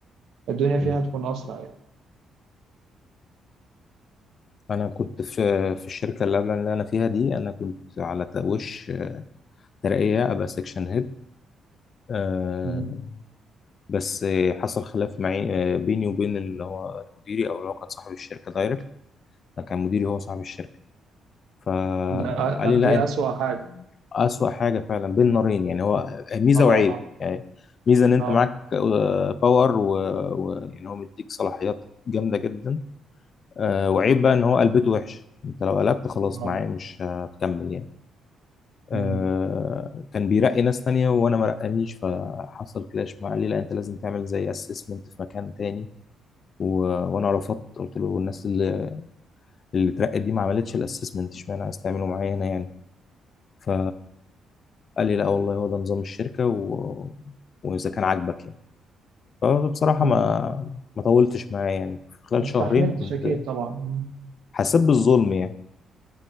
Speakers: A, on the right; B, on the left.
A: الدنيا فيها
B: مهم.
A: تكون أسرع يعني
B: انا كنت في في الشركه اللي قبل اللي انا فيها دي انا كنت على ت- وش ترقيه ابقى سكشن هيد آه،
A: مم.
B: بس آه، حصل خلاف معي آه، بيني وبين اللي هو مديري او اللي هو كان صاحب الشركه دايركت ما كان مديري هو صاحب الشركه فقال
A: ده
B: لي لا
A: دي
B: أنت
A: أسوأ حاجة
B: اسوأ حاجه فعلا بين نارين يعني هو ميزه
A: آه
B: وعيب يعني ميزه ان انت
A: آه
B: معاك آه، باور ويعني هو مديك صلاحيات جامده جدا آه، وعيب بقى ان هو قلبته وحش انت لو قلبت خلاص
A: آه
B: معاه مش هتكمل يعني آه،
A: مم.
B: كان بيرقي ناس تانية وانا ما رقانيش فحصل كلاش معاه ليه لا انت لازم تعمل زي اسسمنت في مكان تاني و... وانا رفضت قلت له الناس اللي اللي اترقت دي ما عملتش الاسسمنت اشمعنى عايز تعمله معايا هنا يعني ف قال لي لا والله هو ده نظام الشركة و... واذا كان عاجبك يعني فبصراحة
A: مم.
B: ما ما طولتش معاه يعني خلال
A: ما استحملتش
B: شهرين كنت
A: أكيد طبعا مم.
B: حسيت بالظلم يعني